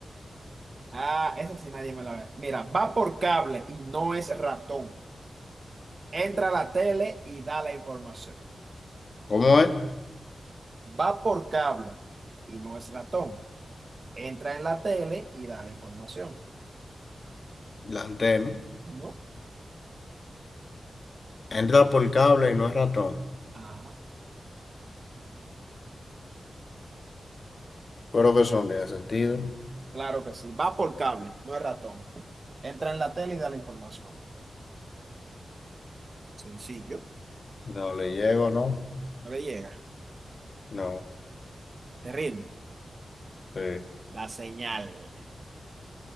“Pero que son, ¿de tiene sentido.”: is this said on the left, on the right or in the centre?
Left